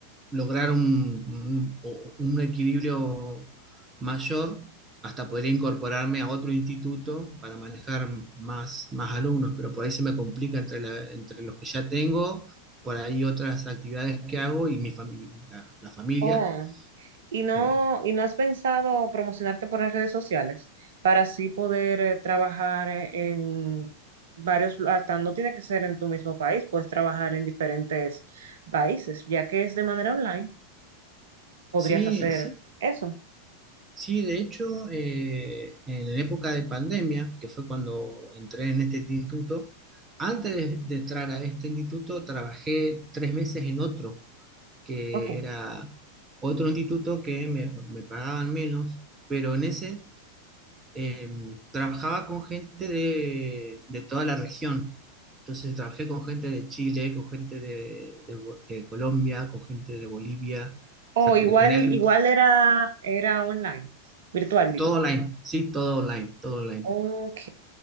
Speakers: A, on the right; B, on the right.
A: lograr un, un- o- un equilibrio mayor, hasta podría incorporarme a otro instituto para manejar más, más alumnos, pero por ahí se me complica entre, la- entre los que ya tengo, por ahí otras actividades que hago y mi familia, la, la familia.
B: Oh. ¿Y no,
A: Eh,
B: y no has pensado promocionarte por las redes sociales para así poder eh, trabajar eh, en varios, lu- hasta no tiene que ser en tu mismo país, puedes trabajar en diferentes países, ya que es de manera online, podrías
A: sí,
B: hacer
A: sí,
B: eso.
A: Sí, de hecho, eh, en la época de pandemia, que fue cuando entré en este instituto, antes de, de entrar a este instituto, trabajé tres meses en otro, que
B: Ok.
A: era otro instituto que me, me pagaban menos, pero en ese eh, trabajaba con gente de, de toda la región. Entonces trabajé con gente de Chile, con gente de, de Bo- de Colombia, con gente de Bolivia, o sea,
B: O
A: que
B: igual,
A: tenía
B: igual era, era online, virtual, digo.
A: todo online, sí, todo online, todo online.
B: Ok,